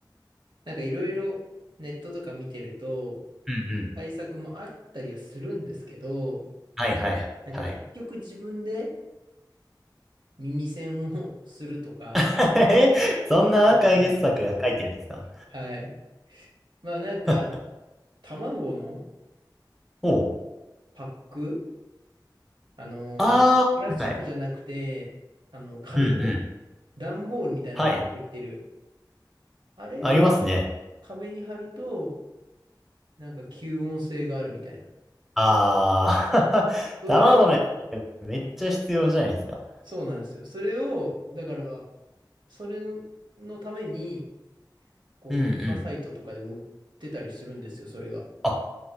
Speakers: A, on the right; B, in the centre.
A: なんかいろいろネットとか見てると、
B: うんうん。
A: 対策もあったりはするんですけど、
B: はいはいはい。
A: なんか結局自分で耳栓を <laughs> するとか、
B: <laughs> えそんな解決策が書いてるんですか
A: うんはい。まあなんか、
B: <laughs>
A: 卵の
B: おう。
A: パック、あのープラスチックじゃなくて、
B: ああ、はい。
A: あの、紙の
B: うんうん。
A: 段ボールみたいなのでできてる
B: はい。
A: あれを
B: ありますね。
A: 壁に貼ると、なんか吸音性があるみたいな。
B: ああ、<laughs>
A: それ、
B: 卵のやつめっちゃ必要じゃないですか。
A: そうなんですよ。それを、だから、それの、のために、こう、
B: うんうん。
A: フリマサイトとかでも売ってたりするんですよ、それが。
B: あ、